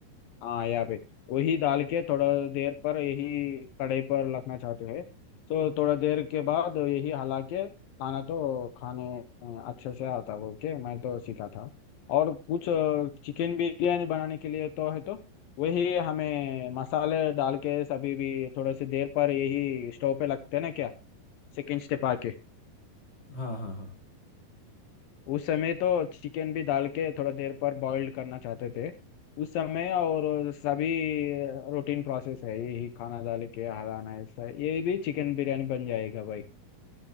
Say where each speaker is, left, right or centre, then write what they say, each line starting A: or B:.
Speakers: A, on the left (about 75°); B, on the left (about 25°).
A: हाँ यहाँ पे वही डाल के थोड़ा देर पर यही कढ़ाई पर रखना चाहते हैं तो थोड़ा देर के बाद यही हला के खाना तो खाने अ, अच्छे से आता बोल के मैं तो सीखा था और कुछ चिकन बिरयानी बनाने के लिए तो है तो वही हमें मसाले डाल के सभी भी थोड़े से देर पर यही स्टोव पे लगते हैं ना क्या सेकंड स्टेप आके
B: हाँ हाँ हाँ
A: उस समय तो चिकन भी डाल के थोड़ा देर पर बॉइल्ड करना चाहते थे उस समय और सभी रूटीन प्रोसेस है यही खाना डाल के हराना ऐसा ये भी चिकन बिरयानी बन जाएगा भाई